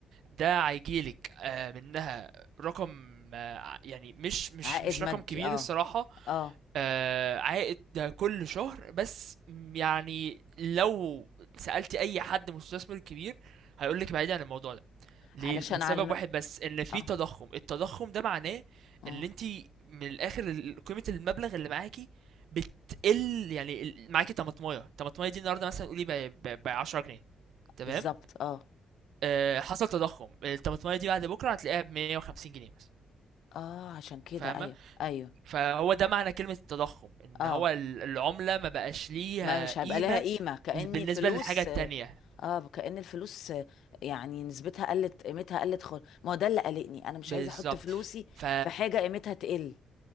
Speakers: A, on the right; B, on the left.
A: ده هيجيلك آه، منها رقم آه، يعني مش مش
B: عائد
A: مش
B: مادي
A: رقم كبير
B: اه
A: الصراحة
B: اه
A: آه، عائد ده كل شهر بس م- يعني لو سألت أي حد مستثمر كبير هيقولك بعيد عن الموضوع ده ليه؟
B: علشان
A: لسبب
B: على الم...
A: واحد بس إن في
B: اه
A: تضخم التضخم ده معناه
B: اه
A: إن أنت من الآخر ال- قيمة المبلغ اللي معاكي بتقل يعني ال- معاكي طماطماية الطماطماية دي النهاردة مثلا قولي ب 10 جنيه تمام
B: بالظبط اه
A: آه، حصل تضخم الطماطمايه دي بعد بكره هتلاقيها ب 150 جنيه مثلا
B: اه عشان كده
A: فاهمه
B: ايوه ايوه
A: فهو ده معنى كلمه التضخم ان
B: اه
A: هو ال- العمله ما بقاش ليها
B: ما مش
A: قيمه
B: هيبقى لها قيمة كأن
A: بالنسبه
B: الفلوس
A: للحاجه التانية
B: اه كأن الفلوس آه، يعني نسبتها قلت قيمتها قلت خالص ما هو ده اللي قلقني انا مش
A: بالظبط
B: عايزة احط فلوسي
A: ف
B: في حاجة قيمتها تقل